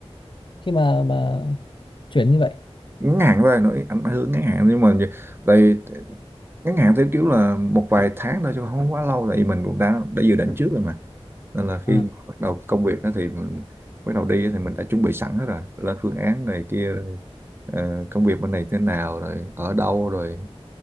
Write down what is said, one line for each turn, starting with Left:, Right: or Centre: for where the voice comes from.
Left: khi mà mà chuyển như vậy
Right: ngắn hạn thôi, nói ảnh hưởng ngắn hạn nhưng mà tại ngắn hạn theo kiểu là một vài tháng thôi chứ không quá lâu tại vì mình cũng đã đã dự định trước rồi mà nên là
Left: à,
Right: khi mà bắt đầu công việc á thì mình bắt đầu đi á thì mình đã chuẩn bị sẵn hết rồi lên phương án này kia rồi ờ, công việc bên này thế nào rồi ở đâu rồi